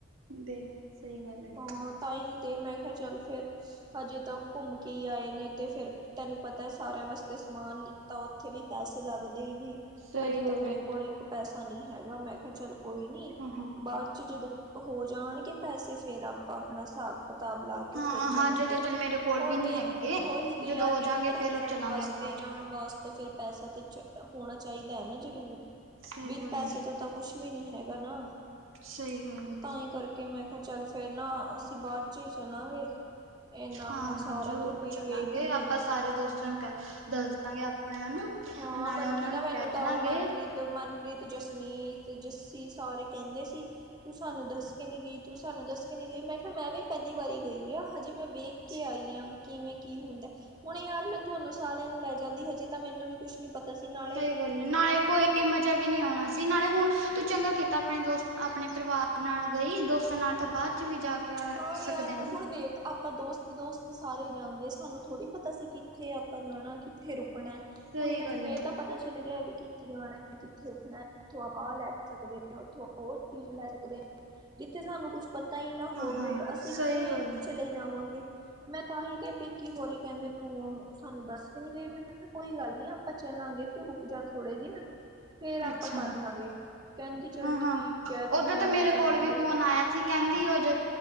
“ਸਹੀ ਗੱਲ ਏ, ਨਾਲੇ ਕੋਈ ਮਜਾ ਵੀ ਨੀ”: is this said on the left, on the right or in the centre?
Right